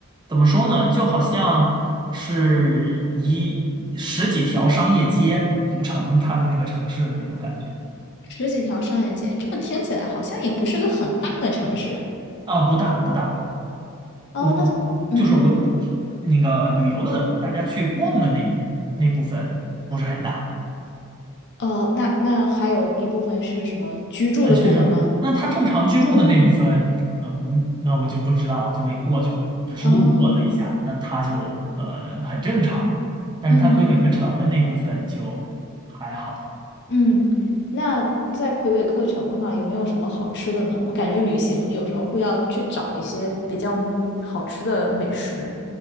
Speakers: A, on the right; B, on the left.
A: 怎么说呢，就好像是一十几条商业街组成它的那个城市的那种感觉。
B: 十几条商业街，这么听起来好像也不是个很大的城市。
A: 啊，不大不大，
B: 哦，
A: 我我就是我
B: 那嗯。
A: 那个旅游的大家去逛的那部那部分不是很大
B: 哦，那那还有一部分是什么居住的部分吗？
A: 啊，就是那他正常居住的那部分，呃，我那我就不知道，就没过去了，只是路过了一下，
B: 哦，
A: 那他就呃很正常，但是他魁北克城的那部分就还好。
B: 嗯嗯，那在魁北克城的话，有没有什么好吃的呢？我感觉旅行有时候会要去找一些比较好吃的美食，